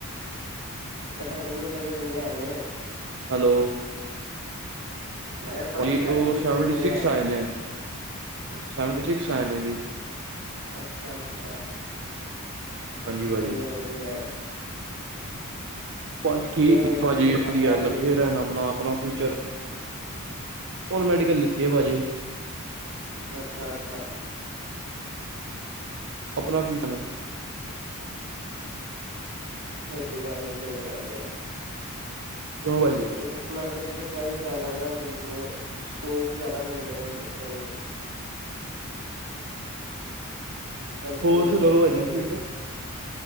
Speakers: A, on the right; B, on the right.
A: ਮ ਤੁਹਾਡੇ ਮੁੰਡੇ ਤੇ ਕਿੰਨੇ ਆਏ ਨੇ।
B: ਹੈਲੋ,
A: ਮੈਂ ਕਿਹਾ ਭਾਜੀ
B: ਉਹ
A: ਤੁਹਾਡੇ ਮੁੰਡੇ
B: ਸੈਵਨਟੀ
A: ਦੇ ਕਿੰਨੇ
B: ਸਿਕਸ ਆਏ ਨੇ ਸੈਵਨਟੀ ਸਿਕਸ ਆਏ ਨੇ ਜੀ।
A: ਅੱਛਾ ਅੱਛਾ।
B: ਹਾਂਜੀ
A: ਵਧੀਆ
B: ਭਾਜੀ
A: ਵਧੀਆ।
B: ਬਸ
A: ਤੇ
B: ਠੀਕ
A: ਫਿਰ ਹੁਣ ਕੀ
B: ਭਾਜੀ
A: ਲਿੱਤਾ
B: ਵਧੀਆ
A: ਗਿਆਰਵੀਂ
B: ਲੱਗੇ
A: ਚ
B: ਰਹਿਣ ਆਪਣਾ ਆਪਣਾ ਫਿਊਚਰ, ਹੁਣ ਮੈਡੀਕਲ ਲਿੱਤੀ ਹੈ ਭਾਜੀ।
A: ਅੱਛਾ ਅੱਛਾ।
B: ਆਪਣਾ ਫਿਊਜਨ ਹੈ।
A: ਸਹੀ ਗੱਲ ਹੈ, ਸਹੀ ਗੱਲ ਹੈ।
B: ਕਿਉਂ ਭਾਈਏ।
A: ਮੈਥਮੈਟਿਕਸ ਬੱਚਾ ਵੀ ਫਾਇਦਾ ਨਾ ਇੱਕ ਮਤਲਬ ਸਕੋਪ ਜ਼ਿਆਦਾ ਮਿਲ ਜਾਂਦਾ ਬੱਚਿਆਂ ਨੂੰ। ਬਛੀਆਂ
B: ਹੋਰ
A: ਨੂੰ
B: ਸੁਣਾਓ
A: ਲਗਾ
B: ਭਾਜੀ ਫੀਲਡ